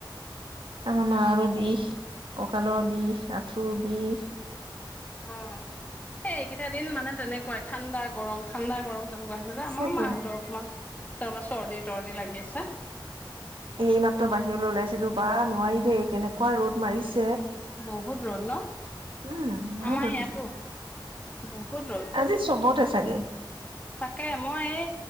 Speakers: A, on the right; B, on the left.
A: আমা মা
B: তাকে
A: আৰু বিষ, কক ককালৰ বিষ, আঠুৰ বিষ।
B: অ', এই এইকেইটা দিন মানে তেনেকুৱাই ঠাণ্ডা গৰম, ঠাণ্ডা, গৰম। তেনেকুৱা আছে
A: সঁচাকে
B: যে, আমাৰ মাহঁতৰ অকণমান <unintelligible> চৰ্দি-তৰ্দি লাগি আছে।
A: এইমাত্ৰ বাহিৰলৈ ওলাইছিলো বা নোৱাৰি দেই কেনেকুৱা ৰ'দ মাৰিছে।
B: বহুত ৰ'দ ন
A: উম বহুত
B: আমাৰ
A: ৰ'দ
B: ইয়াতো।
A: দিছে
B: বহুত ৰ'দ
A: আজি চবতে চাগে
B: তাকে মই এই